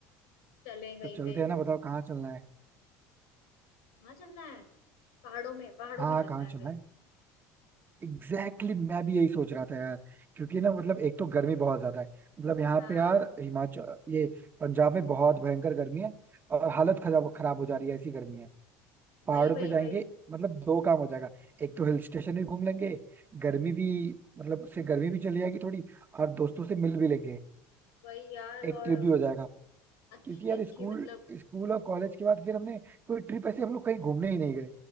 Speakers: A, on the left; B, on the right.
A: चलें कहीं
B: तो चलते
A: पे
B: हैं ना बताओ कहाँ चलना है
A: कहाँ चलना है पहाड़ों में पहाड़ों
B: हाँ
A: में चलते
B: कहाँ
A: हैं
B: चलना
A: कहीं
B: है एग्जैक्टली exactly, मैं भी यही सोच रहा था यार क्योंकि ना मतलब एक तो गर्मी बहुत ज्यादा है मतलब यहाँ
A: हाँ
B: पे यार हिमाचल ये पंजाब में बहुत भयंकर गर्मी है और हालत खराब खराब हो जा रही है ऐसी गर्मी है पहाड़ों
A: वही वही
B: पे जाएंगे
A: वही
B: मतलब दो काम हो जाएगा एक तो हिल स्टेशन भी घूम लेंगे गर्मी भी मतलब से गर्मी भी चली जाएगी थोड़ी और दोस्तों से मिल भी लेंगे
A: वही यार
B: एक
A: और
B: ट्रिप भी हो जाएगा
A: अच्छी
B: क्योंकि यार
A: अच्छी
B: स्कूल
A: मतलब
B: स्कूल और कॉलेज के बाद फिर हमने कोई ट्रिप ऐसे हम लोग कहीं घूमने ही नहीं गए